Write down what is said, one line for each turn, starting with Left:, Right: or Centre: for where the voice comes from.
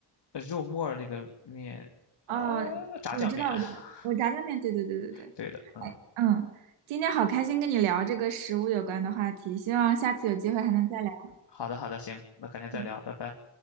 Left: 呃肉沫那个面，呃，
Right: 哦，
Left: 炸酱面。
Right: 我知道，
Left: <laughs>
Right: 我知道，我炸酱面，对对对对对，
Left: 对的，嗯，
Right: 哎，嗯，今天好开心跟你聊这个食物有关的话题，希望下次有机会还能再聊。
Left: 好的好的，行，那改天再聊，
Right: 嗯
Left: 拜拜。